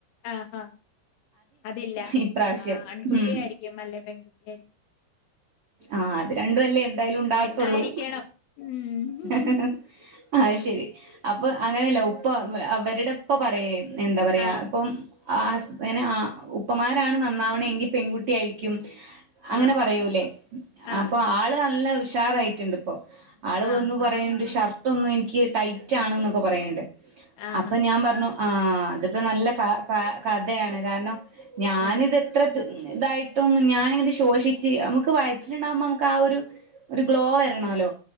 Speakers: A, on the left (about 80°); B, on the right (about 85°).
A: ആ ആ അതില്ല
B: ഇപ്രാവശ്യം
A: ആൺ കുട്ടിയായിരിക്കും
B: ഉം
A: അല്ലെ പെൺകുട്ടിയായിരിക്കും.
B: ആ അത് രണ്ടുല്ലെ എന്തായാലും ഉണ്ടാകത്തോള്ളൂ
A: പെണ്ണായിരിക്കണം ഉം
B: ങ്ഹ് ങ്ഹ് ങ്ഹേ ങ്ഹേ ഹേ ആ അയ് ശെരി. അപ്പം അങ്ങനല്ല ഉപ്പ <unintelligible> അവരിടപ്പ പറയെ എന്താ പറയാ
A: ആഹ്
B: ഇപ്പോ <unintelligible> ഉപ്പമാരാണ് നന്നാവാണെങ്കി പെങ്കുട്ടി ആയിരിക്കും. അങ്ങനെ
A: ആഹ്
B: പറയുല്ലേ
A: ആഹ്
B: അപ്പ ആള് അല്ല ഉഷ് ഷാറായിട്ടുണ്ട് ഇപ്പൊ. ആള്
A: ആഹ്
B: വന്ന് പറയണ്ട് ഷ ഇതൊന്നു എനിക്ക് ടൈറ്റ് ആണെന്നൊക്കെ പറയണൊണ്ട്.
A: ആഹ്
B: അപ്പ ഞാൻ പറണു ആ അതിപ്പ നല്ല ക ക കഥയാണ് കാരണം ഞാനിതെത്ര
A: ആഹ് ആഹ്
B: ത് <unintelligible> ഇതായിട്ടും ഞാനിത് <unintelligible> ശോഷിച്ചു നമുക്ക് വയറ്റിലുണ്ടാകുമ്പ നമുക്ക് ആ ഒരു ഒരു ഗ്ലോ വരണല്ലോ